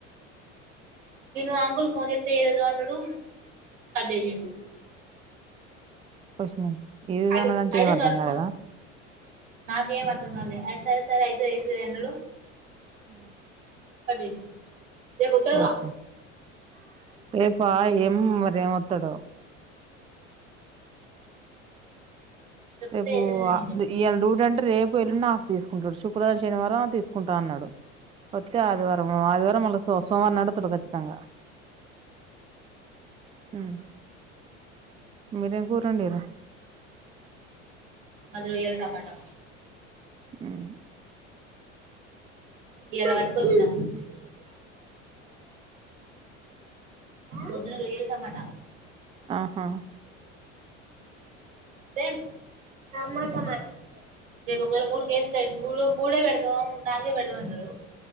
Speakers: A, on the right; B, on the right.
A: నేను అంకుల్ ఫోన్ చెప్తే ఏదో అన్నాడు అదే జను
B: ఓషిని ఏదదో
A: అది
B: ఉన్నాడంటే
A: అయితే
B: ఏం అర్ధం
A: సరుకు
B: కాలదా
A: నాకేం అర్థం కాలే సరే సరే ఐదు ఐదు అన్నడు
B: ఆ
A: ఆదిష్ రేపు వస్తాడుగా
B: వషిని రేపా ఏం మరి ఏమొత్తాడో
A: చెప్తే
B: రేపు
A: ఏదైనా నేను చెప్తా
B: ఇళ ూ అంటే రేపు ఎలున్నా ఆఫ్ తీసుకుంటాడు చు శుక్ర శనివారం తీసుకుంటా అన్నాడు ఒత్తే ఆది వారం ఆది వారం మళ్ళ సోమవా రం వతడు కచ్చితంగా హ్మ్మ్ మీరేం కూర వండిర్రు
A: అందులో వేయాలి టమాటా
B: హ్మ్మ్
A: ఇయల పట్టుకొచ్చిన పొద్దున రొయ్యలు టమాట
B: ఆహా
A: ఏం నా మాటన రేపు ఒకవేళ మూడు కేసులు అయి మూడు మూడే పెడదాం నాలుగే పెడదాం అన్నారు